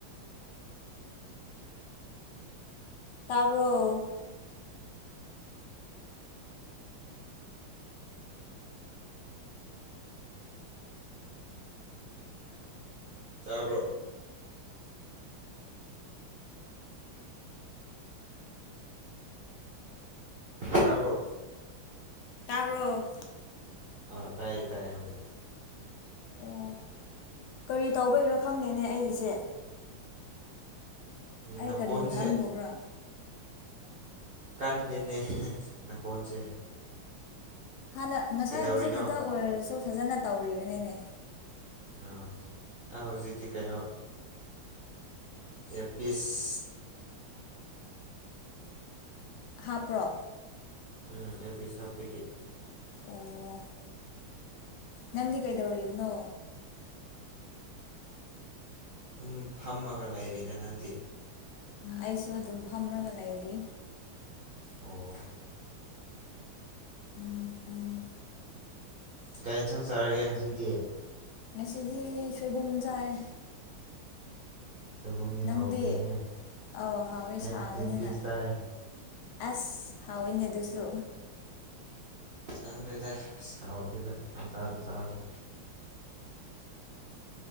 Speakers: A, on the left; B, on the right.
A: ꯇꯥꯕ꯭ꯔꯣ
B: ꯇꯥꯕ꯭ꯔꯣ ꯇꯥꯕ꯭ꯔꯣ
A: ꯇꯕ꯭ꯔꯣ
B: ꯑ ꯇꯥꯏꯌꯦ ꯇꯥꯏꯌꯦ ꯍꯧꯖꯤꯛꯇꯤ
A: ꯑꯣ ꯀꯔꯤ ꯇꯧꯕꯩꯔꯥ ꯈꯪꯗꯦꯅꯦ ꯑꯩꯒꯤꯁꯦ ꯑꯩ
B: ꯅꯈꯣꯟꯁꯦ
A: ꯀꯔꯤ ꯅꯝꯂꯨꯕ꯭ꯔꯥ
B: ꯀꯟꯗꯦꯅꯦ ꯅꯈꯣꯟꯁꯦ
A: ꯍꯥꯟꯅ ꯉꯁꯥꯏ
B: ꯀꯩꯗꯧꯔꯤꯅꯣ
A: ꯍꯧꯖꯤꯛ ꯈꯛꯇ ꯑꯣꯏꯔꯁꯨ ꯐꯖꯅ ꯇꯧꯔꯤꯕꯅꯤꯅꯦ
B: ꯑꯥ ꯑꯩ ꯍꯧꯖꯤꯛꯇꯤ ꯀꯩꯅꯣ ꯑꯦꯔꯄꯤꯁ
A: ꯍꯥꯞꯄ꯭ꯔꯣ
B: ꯎꯝ ꯑꯦꯄꯤꯁ ꯍꯥꯞꯄꯤꯒꯦ
A: ꯑꯣ ꯅꯪꯗꯤ ꯀꯩꯗꯧꯔꯤꯕꯅꯣ
B: ꯑꯗꯨꯝ ꯐꯝꯃꯒ ꯂꯩꯔꯤꯗ ꯅꯪꯗꯤ
A: ꯑꯩꯁꯨ ꯑꯗꯨꯝ ꯐꯝꯃꯒ ꯂꯩꯔꯤ
B: ꯑꯣ
A: ꯎꯝ ꯎꯝ
B: ꯀꯔꯤ ꯏꯟꯁꯪ ꯆꯥꯔꯒꯦ ꯉꯁꯤꯗꯤ
A: ꯉꯁꯤꯗꯤ ꯁꯣꯏꯕꯨꯝ ꯆꯥꯏ
B: ꯁꯣꯏꯕꯨꯝꯗꯤ
A: ꯅꯪꯗꯤ
B: ꯍꯥꯎꯕꯅꯤꯍꯦ
A: ꯑꯧ ꯍꯥꯎꯋꯦ
B: ꯑꯩꯗꯤ
A: ꯁꯥꯕꯅꯤꯅ
B: ꯇꯤꯟ ꯐꯤꯁ ꯆꯥꯏꯌꯦ
A: ꯑꯁ ꯍꯥꯎꯋꯏꯅꯦ ꯑꯗꯨꯁꯨ
B: ꯈꯪꯡꯟꯥꯗꯔꯦꯗ ꯑꯁꯥ ꯍꯧꯎꯇꯔꯦꯗ ꯆꯥꯥꯔꯣ ꯆꯥꯔꯣ ꯆꯥꯎꯅꯤ